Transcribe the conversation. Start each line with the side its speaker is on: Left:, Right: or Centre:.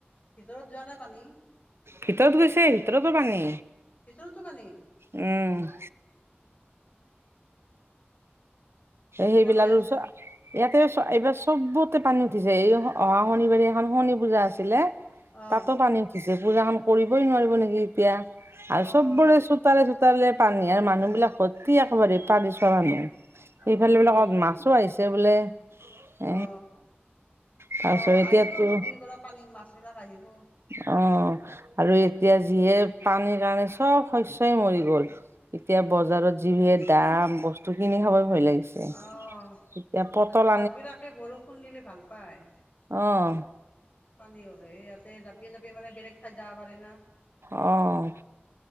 Left: ভিতৰত যোৱা নাই পানী
Right: ভিতৰত গৈছে ভিতৰতো পানী
Left: ভিতৰটো পানী
Right: উম সেইবিলাকো
Left: কেনেকৈ
Right: লৈছ
Left: আছে
Right: ইয়াতে এ এইবাৰ চবতে পানী উঠিছে, এই নহয় অহা শনিবাৰে এখন শণী পূজা আছিলে
Left: অহ
Right: তাতো পানী উঠিছে পূজাখন কৰিবই নোৱাৰিব নেকি এতিয়া আৰু
Left: অহ
Right: চবৰে চব চোতালে চোতালে পানী আৰু মানুহ বিলাক ভৰ্তি একেবাৰে পানী চোৱা মানুহ
Left: অহ
Right: এইফালে বোলে ক'বাত মাছো আহিছে বোলে এ
Left: অ
Right: তাৰপিছত
Left: অ
Right: এতিয়াতো
Left: আহিব নদীৰ পৰা পানী মাছবিলাক আহিব
Right: অ' আৰু এতিয়া যিহে, পানীৰ কাৰণে চব শস্যই মৰি গ'ল এতিয়া বজাৰত যিহে দাম, বস্তু কিনি খাবই ভয় লাগিছে
Left: অ'
Right: এতিয়া পটল
Left: আৰু মাছ বিলাকে বৰষুণ দিলে ভাল পায়
Right: অহ'
Left: পানী হ'লে ইয়াতে জাপি জাপি মানে বেলেগ ঠাইত যাব পাৰে না
Right: অহ'